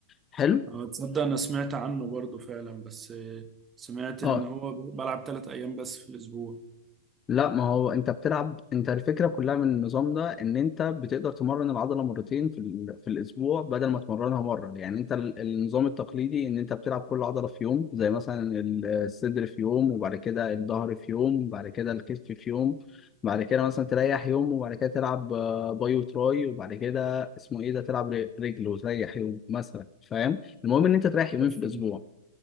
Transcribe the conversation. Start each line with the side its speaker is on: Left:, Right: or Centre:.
Left: حلو
Right: أه، تصدق أنا سمعت عنه برضو فعلا بس آه، سمعت إن
Left: اه
Right: هو بلعب ثلاث أيام بس في الأسبوع
Left: لا ما هو انت بتلعب انت الفكره كلها من النظام ده ان انت بتقدر تمرن العضله مرتين في, ال... في الاسبوع بدل ما تمرنها مره يعني انت ال- النظام التقليدي ان انت بتلعب كل عضله في يوم زي مثلا ال- الصدر في يوم وبعد كده الظهر في يوم وبعد كده الكتف في يوم بعد كده مثلا تريح يوم وبعد كده تلعب آه، باي وتراي وبعد كده اسمه ايه ده تلعب ر- رجل وتريح يوم مثلا فاهم المهم ان انت تريح يومين في
Right: فهمت-
Left: الاسبوع